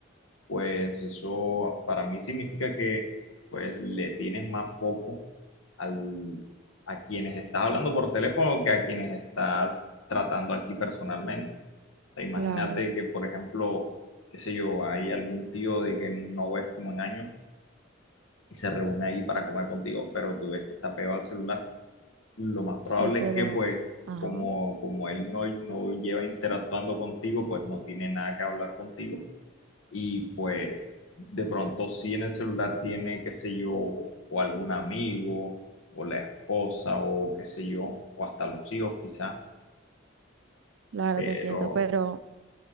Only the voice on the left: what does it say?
pues eso para mí significa que pues le tienes más foco al, a quienes estás hablando por teléfono que a quienes estás tratando aquí personalmente. O sea, imagínate
que, por ejemplo, qué sé yo, hay algún tío de que no ves como en años y se reúne ahí para comer contigo, pero tú ves que está pegado al celular lo más probable
es que pues
como, como él no, no lleva interactuando contigo, pues no tiene nada que hablar contigo. Y pues de pronto si en el celular tiene, qué sé yo, o algún amigo, o la esposa, o qué sé yo, o hasta los hijos quizás,
pero,